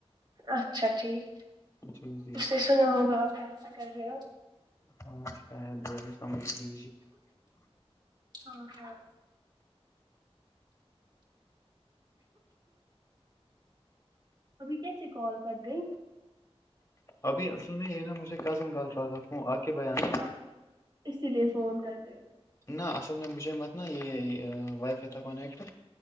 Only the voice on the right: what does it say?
اچھا ٹھیک
اس نے سنا ہوگا آپ پراپ سے کر رہے ہو
ہاں ابھی کیسے کال کر گئی
ہاں اسی لیے فون کٹ گیا